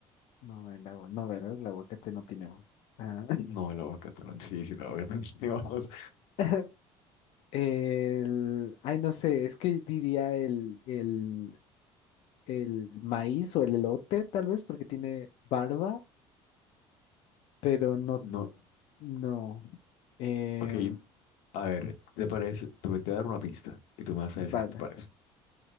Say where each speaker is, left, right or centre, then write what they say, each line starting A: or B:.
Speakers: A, on the left; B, on the left.
A: no, el agua, no, ¿verdad? El aguacate no tiene ojos. Ah,
B: no el aguacate, no. Sí, sí, el aguacate. <laughs> no, vamos.
A: <laughs> El, ay, no sé, es que diría el, el, el maíz o el elote, tal vez, porque tiene barba, pero no
B: No,
A: No. Eh,
B: ok, a ver, ¿te parece? Te voy te voy a dar una pista y tú me vas a
A: vale.
B: decir qué te parece.